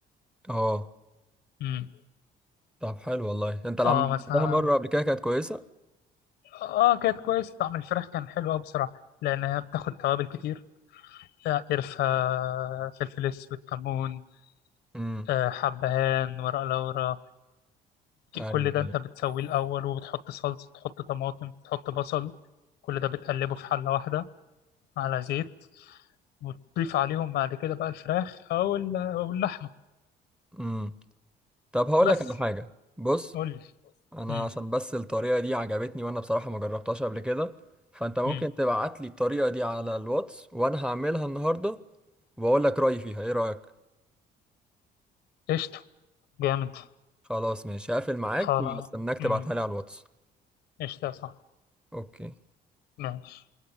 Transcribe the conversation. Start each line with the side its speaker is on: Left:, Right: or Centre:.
Centre: اه
Left: امم
Centre: طب حلو والله انت لما
Left: اه
Centre: عملتها
Left: مثلا
Centre: مره قبل كده كانت كويسه
Left: اه كانت كويس طعم الفراخ كان حلو قوي بصراحة لان هي بتاخد توابل كتير آه، قرفة فلفل اسود كمون
Centre: امم
Left: آه، حبهان ورق لورا
Centre: ايوه
Left: كل ده انت
Centre: ايوه
Left: بتسويه الاول وبتحط صلصه تحط طماطم تحط بصل كل ده بتقلبه في حله واحده على زيت وتضيف عليهم بعد كده بقى الفراخ او ال- او اللحمه
Centre: امم طب هقول
Left: بس
Centre: لك على حاجه بص
Left: قول لي
Centre: انا
Left: امم
Centre: عشان بس الطريقه دي عجبتني وانا بصراحه ما جربتهاش قبل كده فانت ممكن
Left: امم
Centre: تبعت لي الطريقه دي على الواتس وانا هعملها النهارده واقول لك رايي فيها ايه رايك
Left: قشطه جامد
Centre: خلاص ماشي هقفل معاك
Left: خلاص
Centre: واستناك تبعتها
Left: امم
Centre: لي على الواتس
Left: قشطه يا صاحبي
Centre: اوكي
Left: ماشي